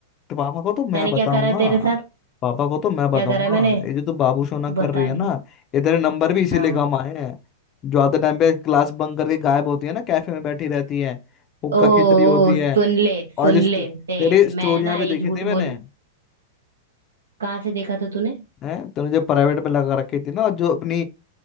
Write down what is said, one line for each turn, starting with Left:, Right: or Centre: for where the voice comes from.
Left: तो पापा को तो मैं
Right: मैंने
Left: बताऊंगा
Right: क्या करा है तेरे साथ
Left: पापा को तो मैं बताऊंगा
Right: क्या करा है मैंने
Left: ये जो तू बाबू सोना
Right: तू
Left: कर
Right: बता
Left: रही है
Right: ले
Left: ना ये तेरे नंबर भी इसीलिए
Right: हाँ
Left: कम आए हैं जो आधे टाइम पे क्लास बंक करके गायब होती है ना कैफे में बैठी रहती है हुक्का
Right: ओ, ओ
Left: खिचड़ी होती है
Right: सुन ले
Left: और
Right: सुन
Left: जिस
Right: ले
Left: तेरी
Right: से
Left: स्टोरियां
Right: मैं ना
Left: भी
Right: ये
Left: देखी
Right: झूठ
Left: थी मैंने
Right: बोल कहाँ से देखा था तूने
Left: है तूने जो प्राइवेट में लगा रखी थी ना और जो अपनी